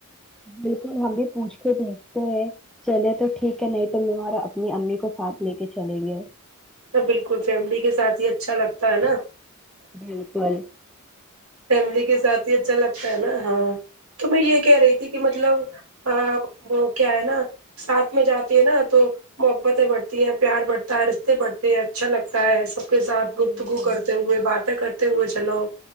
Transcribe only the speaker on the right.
ہا بلکل فیملی کے ساتھ ہی اچھا لگتا ہے نا
فیملی کے ساتھ ہی اچھا لگتا ہے نا ہاں تو میں یہ کہہ رہی تھی کہ مطلب اور کیا ہے نا ساتھ میں جاتی ہے نا تو محبتیں بڑھتی ہیں پیار بڑھتا ہے رشتے بڑھتے ہیں اچھا لگتا ہے سب کے ساتھ
گفتگو کرتے ہوئے باتیں کرتے ہوئے چلو